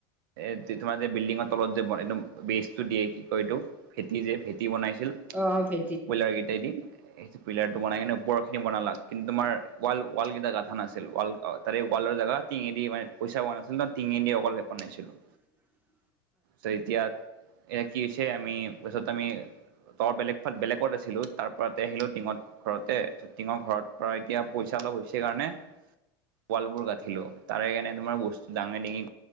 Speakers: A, on the right; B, on the right.
A: এ তোমাৰ যে বিল্ডিঙৰ তলত যে বনাই একদম বেচটো দিয়ে, কি কয় এইটো? ভেটি যে, ভেটি বনাইছিল।
B: অ', ভে
A: পলাইগেটাইদি। <unintelligible> পিলাৰটো বনাই কিনে ওপৰখিনি বনালাক, কিন্তু তোমাৰ ওৱাল কেইটা গাথা নাছিল ওৱাল তাৰে ওৱালৰ জাগাত টিঙি দি মান পইচা পোৱা নাছিল ন, টিঙি দি অকল লেপ বনাইছিলোঁ।
B: উ <unintelligible>
A: তাৰপিছত এতিয়া, এয়া কি হৈছে আমি তাৰছত আমি তৰ বেলেগ ফাল বেলেগ ওপৰত আছিলোঁ, তাৰ পৰাতে আহিলোঁ টিঙত ঘৰতে, টিঙৰ ঘৰত পৰা এতিয়া পইচা অলপ হৈছে কাৰণে ৱালবোৰ গঠিলোঁ। তাৰে কানে তোমাৰ বস্তু ডাঙে-ডাঙি